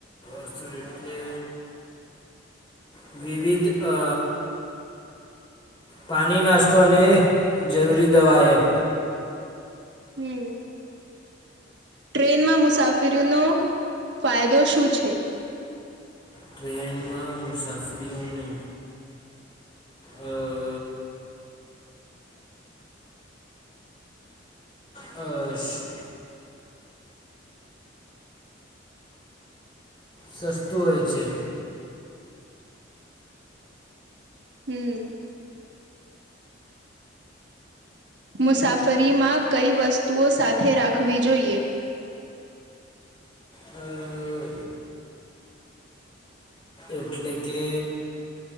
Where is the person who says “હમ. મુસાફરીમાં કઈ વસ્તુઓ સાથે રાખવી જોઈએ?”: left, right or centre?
Right